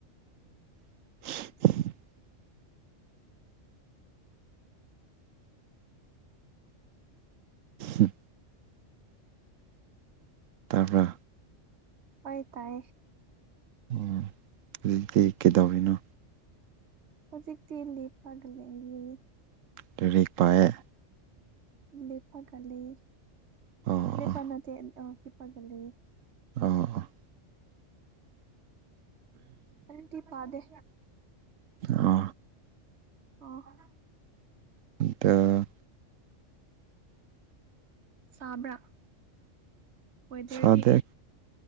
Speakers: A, on the right; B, on the right.
A: <unintelligible> ꯎꯝ ꯇꯥꯕ꯭ꯔꯥ
B: ꯍꯣꯏ ꯇꯥꯏ
A: ꯎꯝ ꯍꯧꯗꯤ ꯀꯩꯗꯧꯔꯤꯅꯣ
B: ꯍꯧꯖꯤꯛꯇꯤ ꯂꯦꯞꯄꯒ ꯂꯦꯟꯅꯤ
A: ꯂꯩꯔꯤ ꯄꯥꯏꯑꯌꯦ
B: ꯂꯦꯄꯥꯒꯂꯤꯄꯥ
A: ꯑꯣ
B: ꯅꯇꯦꯄꯥꯒꯜꯂꯤ
A: ꯑ
B: ꯎ ꯔꯇꯤ ꯄꯗꯦ
A: ꯑ
B: ꯑꯣ ꯑ
A: ꯑꯗ
B: ꯁꯥꯕ꯭ꯔꯥ ꯑꯣꯏꯗꯗꯤ
A: ꯁꯥꯗꯦ